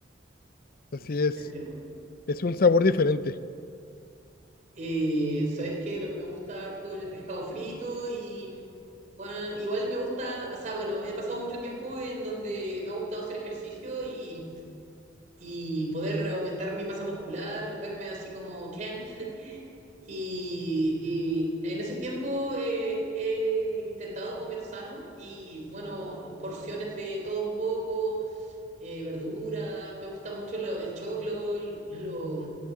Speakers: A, on the left; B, on the right.
A: Así es,
B: Se entiende.
A: es un sabor diferente.
B: Eh, ¿sabes qué? Lo que me gusta harto el pescado frito y bueno, igual me gusta, o sea, bueno, he pasado mucho tiempo en donde me ha gustado hacer ejercicio y, y poder aumentar mi masa muscular, verme así como Ken. Y, y en ese tiempo eh, he intentado comer sano y bueno, porciones de todo un poco, eh, verduras, me gusta mucho lo- el choclo, el- lo,